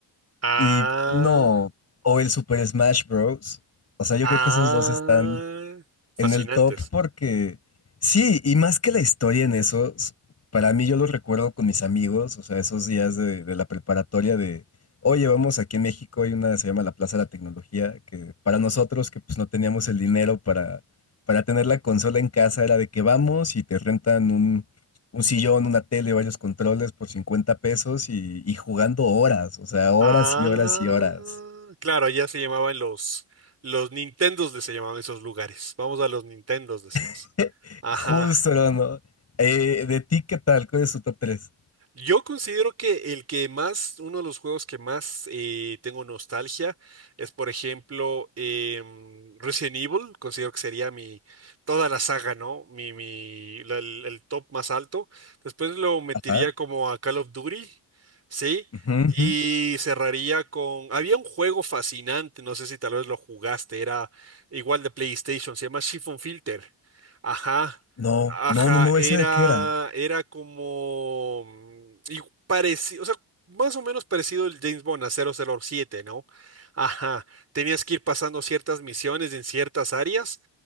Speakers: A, on the right; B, on the left.
A: Ah,
B: y no, o el Super Smash Bros. O sea, yo
A: ah,
B: creo que esos dos están
A: fascinantes.
B: en el top porque sí, y más que la historia en esos, para mí yo los recuerdo con mis amigos, o sea, esos días de, de la preparatoria de, oye, vamos, aquí en México hay una, se llama la Plaza de la Tecnología, que para nosotros que pues no teníamos el dinero para, para tener la consola en casa era de que vamos y te rentan un, un sillón, una tele, varios controles por 50 pesos y, y jugando horas, o sea, horas
A: Ah,
B: y horas y horas.
A: claro, ya se llamaban los, los Nintendos de se llamaban esos lugares. Vamos a los Nintendos, decías.
B: <laughs>
A: Ajá.
B: Justo, ¿no? Eh, ¿de ti qué tal? ¿Cuál es tu top tres
A: Yo considero que el que más, uno de los juegos que más eh, tengo nostalgia es, por ejemplo, em, Resident Evil. Considero que sería mi, toda la saga, ¿no? Mi, mi, la- el, el top más alto. Después lo metería
B: Ajá.
A: como a Call of Duty, ¿sí?
B: ujú,
A: Y
B: ujú.
A: cerraría con, había un juego fascinante, no sé si tal vez lo jugaste, era igual de PlayStation, se llama Chiffon Filter. Ajá.
B: No,
A: Ajá,
B: no, no, no,
A: era,
B: ¿ese de qué era?
A: era como... mm, Y parecido, o sea, más o menos parecido el James Bond a cero cero siete, ¿no? Ajá, tenías que ir pasando ciertas misiones en ciertas áreas